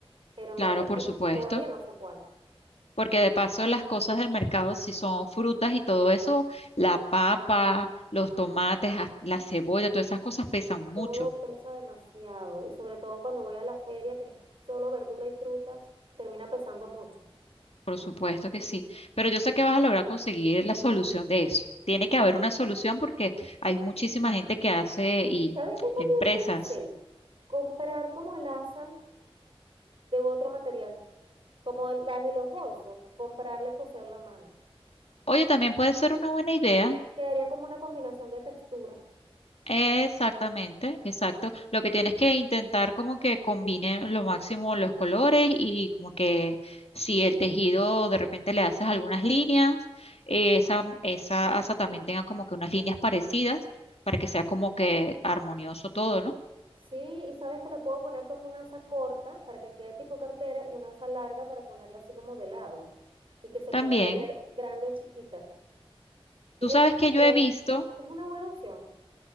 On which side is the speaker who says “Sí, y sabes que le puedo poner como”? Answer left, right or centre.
Right